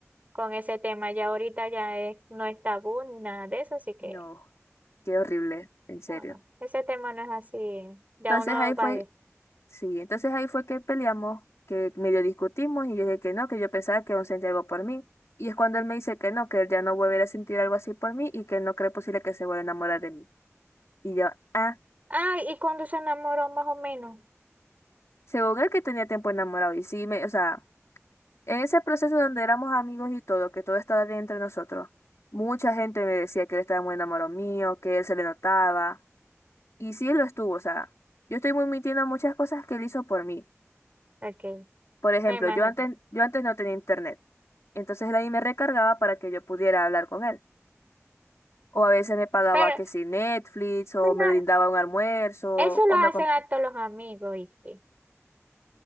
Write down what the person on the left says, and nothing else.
No, qué horrible, en serio.
Entonces
ahí
fue,
sí, entonces ahí fue que peleamos, que medio discutimos y yo dije que no, que yo pensaba que aún sentía algo por mí. Y es cuando él me dice que no, que él ya no volverá a sentir algo así por mí y que no cree posible que se vuelva a enamorar de mí. Y yo, ah,
según él que tenía tiempo enamorado. Y sí, me, o sea, en ese proceso donde éramos amigos y todo, que todo estaba bien entre nosotros, mucha gente me decía que él estaba muy enamorado mío, que él se le notaba. Y sí, él lo estuvo, o sea, yo estoy muy mintiendo muchas cosas que él hizo por mí.
Por ejemplo,
yo antes, yo antes no tenía internet. Entonces él ahí me recargaba para que yo pudiera hablar con él. O a veces me pagaba
que si Netflix, o
me brindaba un almuerzo,
o
me... comp-